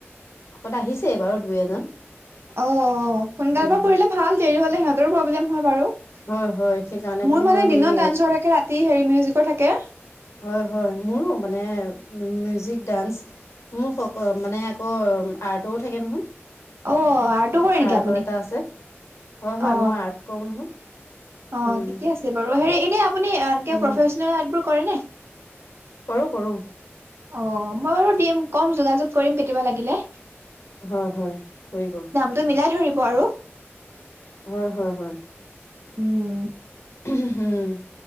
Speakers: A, on the left (about 80°); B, on the right (about 60°).
A: হত আহিছে বাৰু দুই এজন
B: অহ সোনকাল
A: উম।
B: পৰা কৰিলে ভাল দেৰি হলে সিহঁতৰো প্ৰব্লেম হয় বাৰু
A: হয়, হয় সেইকাৰণে বোলো
B: মোৰ মানে
A: হেৰি
B: দিনত ডান্সৰ থাকে ৰাতি হেৰি মিউজিকৰ থাকে
A: হয় হয় মোৰো মানে মিউজিক ডান্স মোক সক মানে আকৌ আৰ্টও থাকে নহয়
B: অ আৰ্টো কৰে নেকি
A: আৰ্টৰ
B: আপুনি
A: এটা আছে হয় হয়
B: অ
A: মই আৰ্ট কৰো নহয়
B: অ
A: উম,
B: ঠিকে আছে বাৰু হেৰি এনে আপুনি একে
A: উম,
B: প্ৰফেচনেল আৰ্টবোৰ কৰে নে
A: কৰো কৰো
B: অ মই বাৰু দিম কম যোগাযোগ কৰিম কেতিয়াবা লাগিলে
A: হয় হয় কৰিব
B: ত মিলাই ধৰিব আৰু
A: হয় হয় হয়
B: উম
A: উম